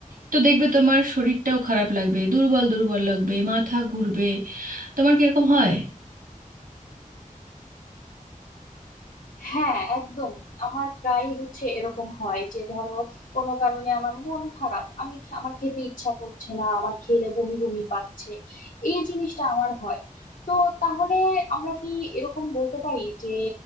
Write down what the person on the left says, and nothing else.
হ্যাঁ একদম আমার প্রায় হচ্ছে এরকম হয় যে ধরো কোনো কারণে আমার মন খারাপ আমি খে- আমার খেতে ইচ্ছা করছে না আমার খেলে বমি বমি পাচ্ছে এই জিনিসটা আমার হয় তো তাহলে আমরা কি এরকম বলতে পারি যে